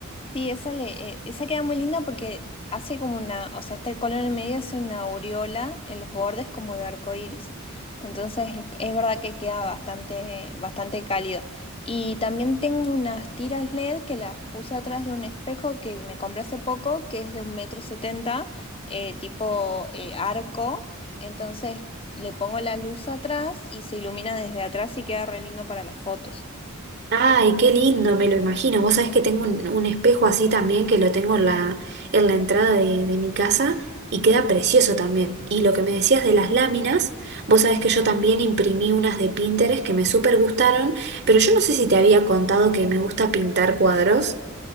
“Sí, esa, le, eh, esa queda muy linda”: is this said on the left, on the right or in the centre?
Left